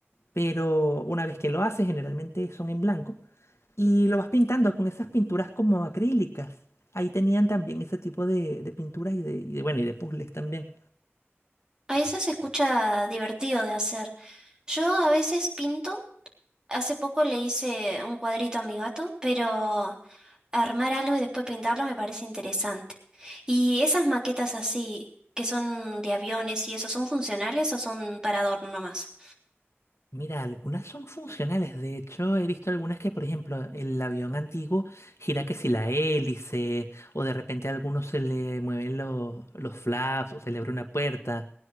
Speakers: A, on the left (about 80°); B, on the right (about 15°).
A: pero una vez que lo haces, generalmente son en blanco. Y lo vas pintando con esas pinturas como acrílicas. Ahí tenían también ese tipo de, de pinturas y de, y de, bueno, y de puzzles también.
B: a eso se escucha divertido de hacer. Yo a veces pinto. Hace poco le hice un cuadrito a mi gato, pero Armar algo y después pintarlo me parece interesante. ¿Y esas maquetas así, que son de aviones y eso, son funcionales o son para adorno nomás?
A: Mira, algunas son funcionales. De hecho, he visto algunas que, por ejemplo, el avión antiguo gira que si la hélice, o de repente a algunos se le mueven lo- los flaps, o se le abre una puerta.